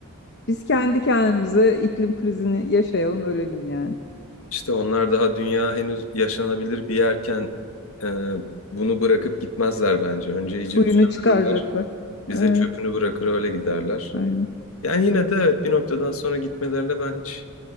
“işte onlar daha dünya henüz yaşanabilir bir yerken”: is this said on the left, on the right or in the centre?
Left